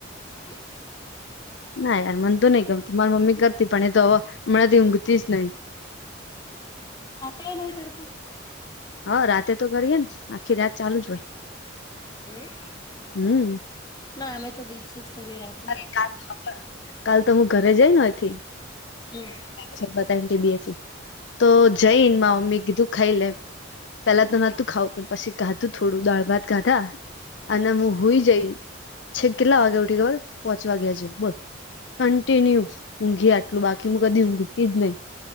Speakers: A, on the left; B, on the left.
A: કેમ.
B: ના યાર મનતું નહી ગમતું માર મમ્મી કરતી પણ એ તો હવ હમણાથી ઊંઘતી જ નહી. <inaudible>
A: વાતો એ નહી કરતા.
B: હા રાતે તો કરીએે ને આખી રાત ચાલુ જ હોય.
A: એવું
B: હમ
A: ના અમે તો દિવસે જ કરી રા
B: અરે કાલ તો કાલ તો હું ઘરે જઈ ને આઈ થી.
A: હમ
B: ટીબી તો જઈન મા મમ્મી કીધું ખાઈ લે પેલા તો નતું ખાવ પણ પછી કાધું થોડું દાળ ભાત ખાધા અને હું હુઈ જય છેક હું કેટલા વાગે ઉઠી ખબર છે. પોહોચવા ગયા છે બસ કન્ટિન્યુ ઊંઘી આટલું બાકી હું કદી હું ઊંઘતી જ નહી.